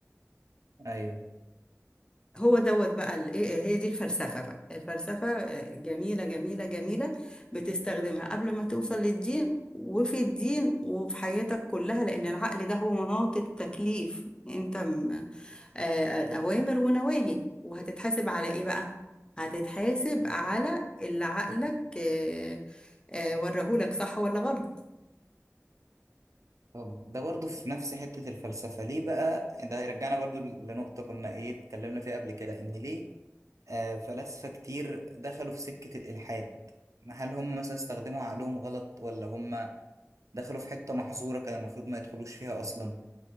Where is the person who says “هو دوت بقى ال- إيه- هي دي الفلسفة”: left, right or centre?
Left